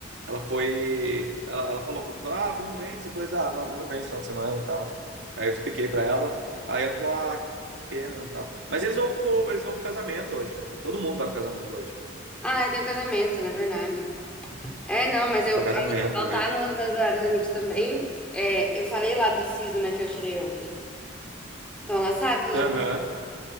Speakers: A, on the right; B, in the centre.
A: ela foi. Ela, ela falou, perguntou, ah, Bruno vence. Eu falei, assim, ah, não, Bruno vence no final de semana e tal. Aí eu expliquei pra ela. Aí ela falou, ah, que pena e tal. Mas eles vão pro, eles vão pro casamento hoje, né? Todo mundo vai pro casamento hoje.
B: Ah, é, tem um casamento, na verdade. É, não, mas eu,
A: É
B: eu
A: o casamento
B: acho que ela
A: hoje.
B: tá nos meus melhores amigos também. É, eu falei lá do siso, né, que eu tirei ontem. Então ela sabe, pelo
A: Aham.